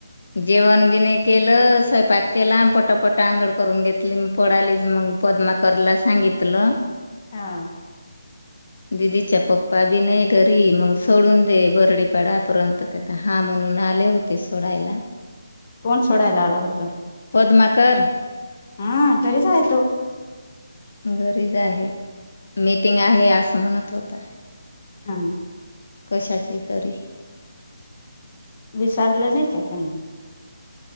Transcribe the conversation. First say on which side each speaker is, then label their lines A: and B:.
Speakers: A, on the left; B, on the left.
A: जेवण बी नाही केलं स्वयंपाक केला पटापट अंगळ करून घेतली पडालीच मग पद्मा करला सांगितलं
B: हा
A: दिदीच्या पप्पा बी नाही घरी मग सोडून दे बरडीपाडापर्यंत कता हा म्हणून आले होते सोडायला <unintelligible>
B: कोण सोडायला आल होत
A: पद्माकर
B: हा तरीच आहे तो
A: गरीच आहे मीटिंग आहे असं म्हणत होता
B: हा
A: कशाचे तरी
B: विचारलं नाही का त्यांनी